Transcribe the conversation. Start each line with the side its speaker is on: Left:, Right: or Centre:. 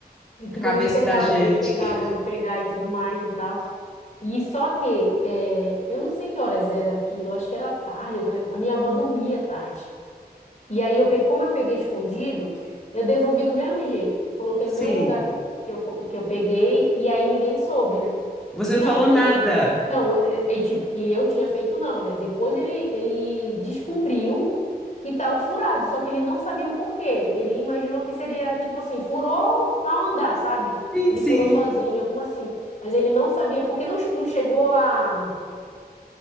Left: E que
Centre: A cabeça
Left: vão me pegar,
Centre: da gente.
Left: vão me pegar,
Centre: <laughs>
Left: vão me pegar e tudo mais e tal. E só que, eh, eu não sei que horas era aquilo, acho que era tarde, né? a minha avó dormia tarde. E aí, eu pe... como eu peguei escondido, eu devolvi do mesmo jeito. Coloquei
Centre: Sim,
Left: no mesmo lugar que eu, que eu, co- que eu peguei, e aí ninguém soube, né?
Centre: você não
Left: Não,
Centre: falou nada.
Left: ele. Não, é, é é tipo que eu tinha feito, não, né? Depois ele, ele descobriu que estava furado, só que ele não sabia o porquê. Ele imaginou que seria tipo assim, furou ao andar, sabe?
Centre: Sim,
Left: Ele
Centre: sim.
Left: furou sozinho, alguma assim. Mas ele não sabia, porque não, não chegou a.